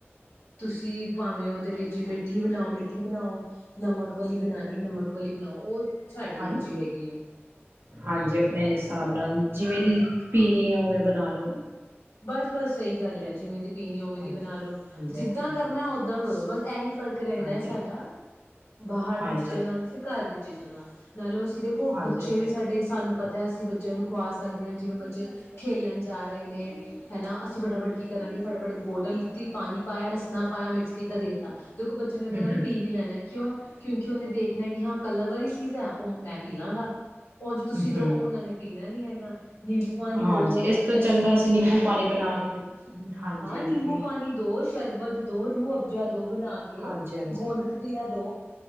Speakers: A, on the left; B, on the right.
A: ਤੁਸੀਂ ਭਾਵੇਂ ਉਹਦੇ ਵਿੱਚ ਮਿੱਟੀ ਮਠੀ ਬਣਾਓ ਮਿੱਠੀ ਬਣਾਓ ਨਮਕ ਵਾਲੀ ਬਣਾਉਣੀ ਨਮਕ ਵਾਲੀ ਬਣਾਓ ਉਹ ਸਾਡੀ
B: ਹਾਂ
A: ਮਰਜ਼ੀ ਹੈਗੀ ਹੈ
B: ਹਾਂਜੀ ਆਪਣੇ ਹਿਸਾਬ ਜਿਵੇਂ ਦੀ ਪੀਣੀ ਵੇੈਂ ਬਣਾ ਲੋੋ
A: ਬਸ ਬਸ ਸਹੀ ਗੱਲ ਆ ਜਿਵੇਂ ਦੀ ਪੀਣੀ ਉਹਵੇ ਦੀ
B: ਹਾਂਜੀ
A: ਬਣਾ ਲੋੋ
B: ਹਾਂਜੀ
A: ਜਿੱਦਾਂ
B: ਹਾਂਜੀ
A: ਕਰਨਾ ਉਓਦਾਂ ਕਰੋ ਬਸ ਆਈ ਫ਼ਰਕ ਰਹਿੰਦਾ
B: ਹਾਂਜੀ,
A: ਹੈ ਸਾਡਾ ਬਾਹਰ ਦੀ
B: ਹਾਂਜੀ,
A: ਚੀਜ਼ਾਂ ਨਾਲ ਤੇ ਘਰ ਦੀ ਚੀਜ਼ਾਂ ਨਾਲ <unintelligible> ਦੇਖੋ
B: ਹਾਂਜੀ
A: ਬੱਚੇ
B: ਸਰ
A: ਵੀ ਸਾਡੇ ਸਾਨੂੰ ਪਤਾ ਸੀ ਬੱਚਿਆਂ ਨੂੰ ਖੁਵਾ ਸਕਦੇ ਹਾਂ ਜਿਵੇਂ ਬੱਚੇ ਖੇਲਣ ਜਾ ਰਹੇ ਨੇ ਹਨਾ ਅਸੀਂ ਫਟਾਫਟ ਕੀ ਕਰਾਂਗੇ ਫਟਾਫਟ ਬੋਟਲ ਤੇ ਪਾਣੀ ਪਾਇਆ ਰਸਨਾ ਪਾਇਆ ਮਿਕਸ ਕੀਤਾ ਦੇਤਾ ਤੇੋ ਬੱਚੇ ਨੇ ਉਹਦੇ
B: ਹੂੰ,
A: ਨਾਲ ਪੀ ਵੀ ਲੈਣਾ ਕਿਉਂ ਕਿਉਂਕਿ ਉਹਨੇ ਦੇਖਣਾ ਕਿ ਹਾਂ ਕਲਰ ਵਾਲੀ ਚੀਜ਼ ਹੈ ਉਹ ਮੈਂ ਪੀ ਲਾਂਗਾ ਉਝ
B: ਹੂੰ,
A: ਤੁਸੀਂ
B: ਹੂੰ
A: ਦੋ ਉਹਨਾਂ ਨੇ ਪੀਣੀ ਨਾ ਨਹੀਂ ਹੈਗਾ ਨਿੰਬੂ ਪਾਣੀ
B: ਹਾਂਜੀ
A: ਦੋ
B: ਇਸ ਤੋਂ
A: ਰਸਨਾ
B: ਚੰਗਾ ਅਸੀਂ
A: ਦੋ
B: ਨਿੰਬੂ ਪਾਣੀ ਬਣਾ ਕੇ ਹਾਂਜੀ
A: ਹਾਂ
B: ਹਾਂਜੀ
A: ਨਿੰਬੂ ਪਾਣੀ ਦੋ ਸ਼ਰਬਤ ਦੋ ਰੂਹ ਅਬਜਾ ਦੋ ਬਣਾ ਕੇ
B: ਹਾਂਜੀ ਹਾਂਜੀ,
A: ਗੋਂਦ ਕਤੀਰਾ ਦੋ